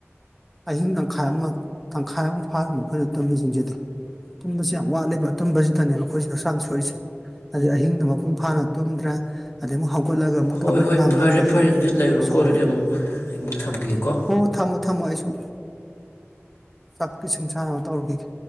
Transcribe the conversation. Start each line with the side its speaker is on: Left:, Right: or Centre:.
Centre: ꯑꯍꯤꯡ ꯇꯪꯈꯥꯏ ꯑꯃ ꯇꯪꯈꯥꯏ ꯑꯃ ꯐꯥꯔꯝꯕ ꯑꯩꯈꯣꯏꯅ ꯇꯨꯝꯕꯁꯤꯡꯁꯤꯗꯤ ꯇꯨꯝꯕꯁꯤ ꯌꯥꯝ ꯋꯥꯠꯂꯤꯕ ꯇꯨꯝꯕꯁꯤꯗꯅꯦꯕ ꯑꯩꯈꯣꯏꯁꯤ ꯍꯛꯆꯥꯡ ꯁꯣꯛꯏꯁꯦ ꯑꯗꯩ ꯑꯍꯤꯡꯗ ꯃꯄꯨꯡ ꯐꯥꯅ ꯇꯨꯝꯗ꯭ꯔꯦ ꯑꯗꯩ ꯑꯃꯨꯛ ꯍꯧꯒꯠꯂꯒ ꯑꯃꯨꯛ
Left: ꯍꯣꯏ
Centre: ꯊꯕꯛ ꯏꯪꯈꯥꯡꯗꯣ
Left: ꯐꯔꯦ
Centre: ꯑꯃꯨꯛꯁꯨ
Left: ꯐꯔꯦ ꯑꯗꯨꯗꯤ ꯂꯩꯔꯣꯀꯣ
Centre: ꯁꯨꯔꯦ
Left: ꯑꯗꯨꯗꯤ ꯑꯃꯨꯛ ꯑꯩ ꯑꯃꯨꯛ ꯊꯝꯈꯤꯒꯦꯀꯣ
Centre: ꯍꯣ ꯊꯝꯃꯣ ꯊꯝꯃꯣ ꯑꯩꯁꯨ <inaudible> <unintelligible> ꯆꯥꯛ ꯏꯁꯤꯡ ꯆꯥꯅꯕ ꯇꯧꯔꯨꯈꯤꯒꯦ